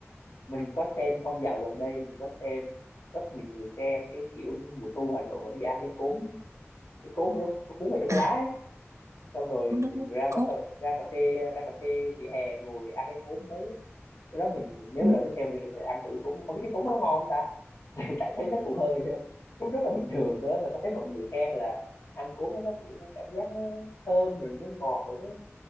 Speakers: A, on the left (about 85°); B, on the right (about 85°).
A: mình có xem phong dạo gần đây mình có xem rất nhiều người xem cái kiểu mùa thu Hà Nội mà đi ăn cái cốm cái cốm nó, nó cuốn vào trong cái
B: à
A: lá ấy. xong rồi
B: đúng
A: mình
B: đúng đúng
A: ra
B: cố
A: quán cà, ra cà phê ra cà phê vỉa hè ngồi ăn cái cốm đấy cái đó mình nếu
B: ừ.
A: mà lần tiếp theo mình sẽ ăn thử cốm không biết cái cốm nó ngon không ta <laughs> tại thấy nó cũng hơi cũng rất là bình thường thôi mà sao thấy mọi người khen là ăn cốm ấy nó kiểu nó cảm giác nó thơm rồi nó ngọt rồi nó